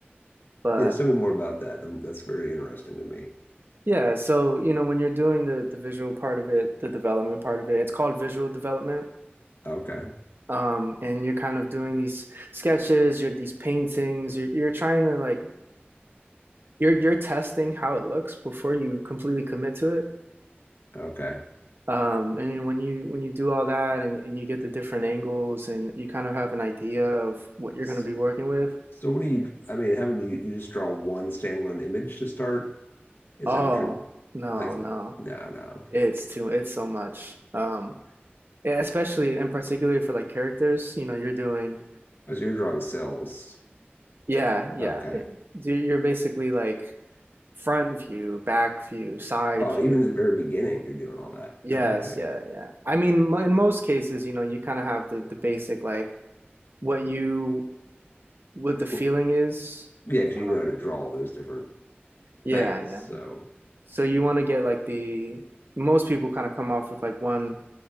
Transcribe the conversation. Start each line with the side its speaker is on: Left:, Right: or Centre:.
Right: but
Left: Yes, tell me more about that. Um, that's very interesting to me.
Right: yeah, so you know, when you're doing the the visual part of it, the development part of it, it's called visual development.
Left: Okay.
Right: Um, and you're kind of doing these sketches, you're these paintings, you're you're trying to like you're you're testing how it looks before you completely commit to it.
Left: Okay.
Right: Um, and when you when you do all that and, and you get the different angles and you kind of have an idea of what you're
Left: S-
Right: going to be working with,
Left: So what do you, I mean, how many, you just draw one standalone image to start? Is
Right: oh,
Left: that what you're
Right: no,
Left: like?
Right: no.
Left: No, no.
Right: It's too it's so much. Um, Yeah, especially and particularly for like characters, you know, you're doing
Left: Oh, so you're drawing cells.
Right: yeah, yeah.
Left: Okay.
Right: It- You're you're basically like front view, back view, side
Left: Oh,
Right: view.
Left: even at the very beginning, you're doing all that.
Right: Yes,
Left: Okay.
Right: yeah, yeah. I mean, mo- in most cases, you know, you kind of have the the basic like what you what the feeling
Left: Well,
Right: is.
Left: yeah, because you know
Right: Uh,
Left: how to draw all those different
Right: yeah,
Left: things.
Right: yeah.
Left: So,
Right: So you want to get like the most people kind of come off with like one